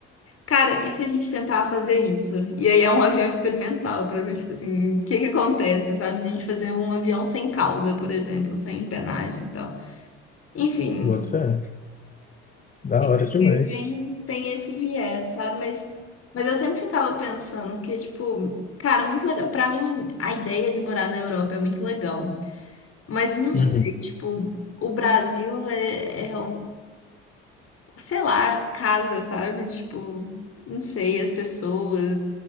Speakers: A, on the left; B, on the left.
A: Cara, e se a gente tentar fazer isso? E aí é um avião experimental pra ver, tipo assim, o que que acontece, sabe? A gente fazer um avião sem cauda, por exemplo, sem empenagem e tal. Enfim,
B: Boto fé. Da hora
A: e
B: demais.
A: aí tem, tem esse viés, sabe? Mas, mas eu sempre ficava pensando que, tipo, cara, muito legal. Pra mim, a ideia de morar na Europa é muito legal. Mas não
B: Uhum.
A: sei, tipo, o Brasil é, é um sei lá, casa, sabe? Tipo, não sei, as pessoas,